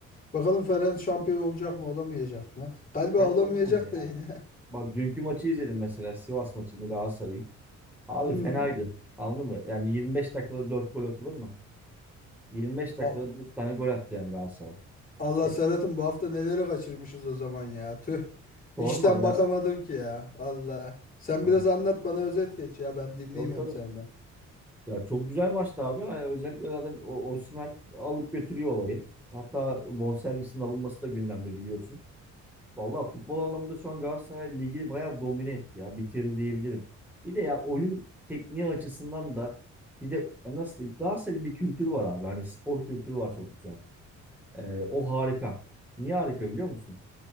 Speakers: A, on the left; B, in the centre.
A: Bakalım Ferenc şampiyon olacak mı olamayacak mı? <laughs> Galiba
B: Fena
A: olamayacak
B: olmaz yani.
A: da yine.
B: Bak dünkü maçı izledim mesela Sivas maçını Galatasaray'ın. Abi
A: <laughs> Hı.
B: fenaydı. Anladın mı? Yani 25 dakikada 4 gol atılır mı? 25 dakikada
A: A-
B: 4 tane gol attı yani Galatasaray.
A: Allah
B: E,
A: Serhat'ım bu hafta neleri kaçırmışız o zaman ya. Tüh.
B: sorma
A: İşten
B: ya.
A: bakamadım ki ya. Allah. Sen
B: Hani,
A: biraz anlat bana özet geç ya ben dinleyeyim
B: tabii tabii.
A: hem senden.
B: Ya çok güzel maçtı abi. Hani özellikle zaten o Osimhen alıp götürüyor olayı. Hatta bonservisinin alınması da gündemde biliyorsun. Vallahi futbol anlamında şu an Galatasaray ligi bayağı domine etti ya. Bitirdi diyebilirim. Bir de ya oyun tekniği açısından da bir de nasıl diyeyim Galatasaray'ın bir kültürü var abi. Hani spor kültürü var çok güzel. Ee, o harika. Niye harika biliyor musun?